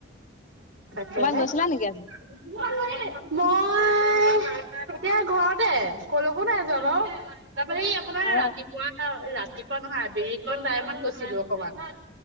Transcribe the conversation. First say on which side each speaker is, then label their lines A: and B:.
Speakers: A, on the right; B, on the left.
A: তাকেহে
B: ক'ৰবাত গৈছিলা নেকি আজি
A: মই ই এতিয়া ঘৰতে কলকো নাই যোৱা বাৰু, তাৰপৰা এই আপোনাৰ
B: অ
A: ৰাতিপুৱা ৰাতিপুৱা নহয় আবেলি টাইমত গৈছিলো অকমান।